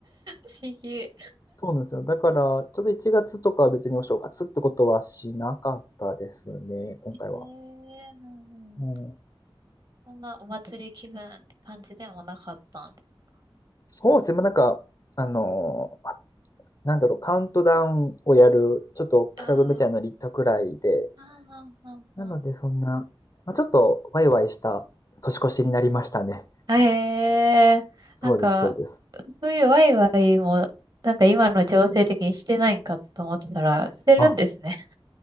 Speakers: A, on the right; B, on the left.
A: 思議。え
B: そうなんですよ。だから、ちょっと1月とかは別にお正月ってことはしなかったですね、今回は。
A: ー、うんうん。
B: うん、
A: そんなお祭り気分って感じでもなかったんですか。
B: そうですね、まあなんか、あのーあなんだろう、カウントダウンをやる、ちょっとクラブみたいなのに行ったくらいで、
A: ああ、ああああああ
B: なのでそんな、まあ、ちょっとワイワイした年越しになりましたね。
A: ええーなんか、
B: そうです、そうです。
A: そういうワイワイも、なんか今の情勢的にしてないんかと思ったら、してるんですね。
B: あ、